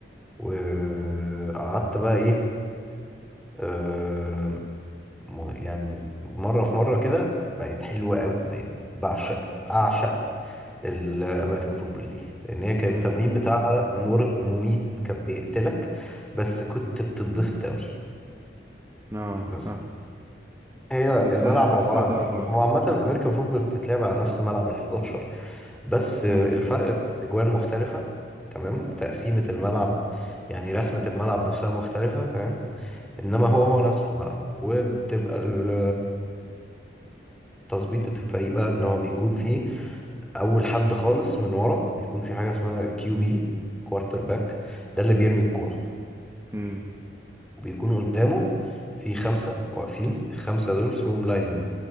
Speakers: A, in the centre; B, on the right.
A: وقعدت بقى ايه آه م- يعني مره في مره كده بقت حلوه قوي بقت بعشق اعشق الامريكان فوتبول دي لان هي كان
B: امم
A: التمرين بتاعها مر مميت كان بيقتلك بس كنت بتتبسط قوي
B: اه
A: بس
B: فاهم
A: هي
B: حاسسها
A: الملعب
B: حاسسها
A: عبارة عن
B: ضربة
A: إيه؟ هو
B: أكتر
A: عامة الأمريكان فوتبول بتتلعب على نفس ملعب ال11 بس الفرق
B: امم
A: إن الأجوان مختلفة تمام تقسيمة الملعب يعني رسمة الملعب نفسها مختلفة فاهم إنما
B: امم
A: هو هو نفس الملعب وبتبقى ال- التظبيطة الفريق بقى إن هو بيكون فيه أول حد خالص من ورا بيكون في حاجة اسمها كيو بي كوارتر باك ده اللي بيرمي الكورة
B: امم
A: وبيكون قدامه في خمسة واقفين الخمسة دول اسمهم لاينمن